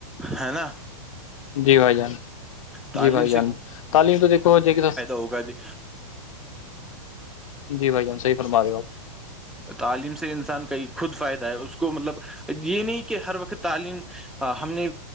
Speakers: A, in the centre; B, on the left.
A: ہے نا
B: جی بھائی جان
A: تعلیم
B: جی بھائی جان تعلیم تو دیکھو ج کہ
A: لوگد
B: جی بھائی جان صحی فرم رہے ہو آپ
A: تعلیم سے انسان کا یہ خود فائدہ ہے اس کو مطلب یہ نہیں کہ ہر وقت تعلیم ہم نے